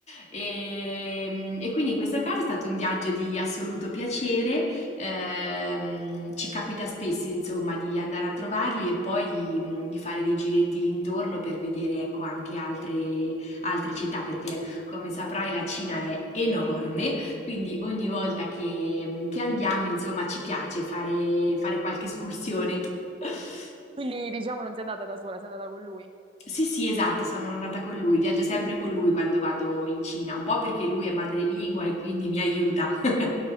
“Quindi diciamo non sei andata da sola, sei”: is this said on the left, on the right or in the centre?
Right